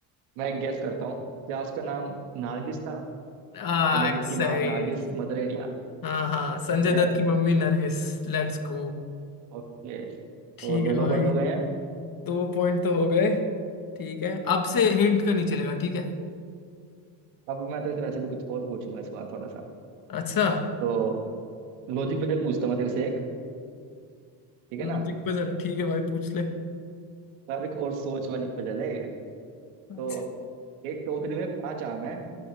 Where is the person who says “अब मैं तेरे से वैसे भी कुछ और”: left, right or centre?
Right